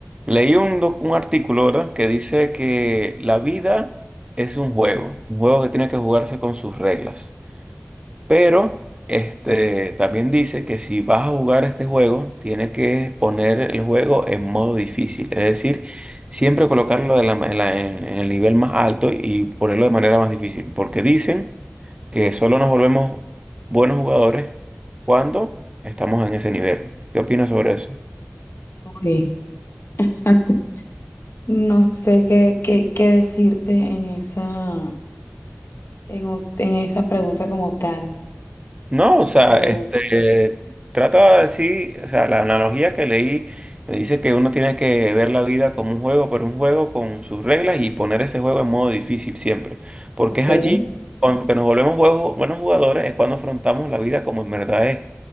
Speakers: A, on the right (about 25°); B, on the left (about 80°).
A: Leí un, doc- un artículo, ¿verdad? que dice que la vida es un juego, un juego que tiene que jugarse con sus reglas. Pero este, también dice que si vas a jugar este juego, tienes que poner el juego en modo difícil, es decir, siempre colocarlo de la ma- en, la- en- en el nivel más alto y ponerlo de manera más difícil, porque dicen que solo nos volvemos buenos jugadores cuando estamos en ese nivel. ¿Qué opinas sobre eso?
B: Uy, <laughs> No sé qué, qué, qué decirte en esa, en, us- en esa pregunta como tal,
A: No, o
B: pero,
A: sea, este, trata de decir, o sea, la analogía que leí me dice que uno tiene que ver la vida como un juego, pero un juego con sus reglas y poner ese juego en modo difícil siempre. Porque
B: ok,
A: es allí, cuando que nos volvemos juegos- buenos jugadores, es cuando afrontamos la vida como en verdad es.